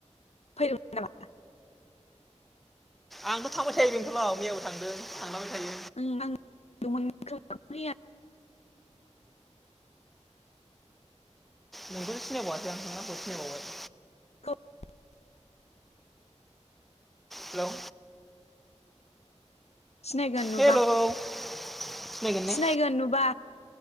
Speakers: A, on the left; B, in the centre.
A: फैदोंमोन नामा?
B: आंथ' थांबाय थायो बेंथलाव मैयाबो थांदों थांलाबाय थायो।
A: उम आं <unintelligible>
B: नोंखौसो सिनायबावासै आं, नों आंखौ सिनायबावबाय।
A: खोब <unintelligible>
B: हेलौ
A: सिनायगोन नुबा
B: हेलौ सिनायगोन ने?
A: सिनायगोन नुबा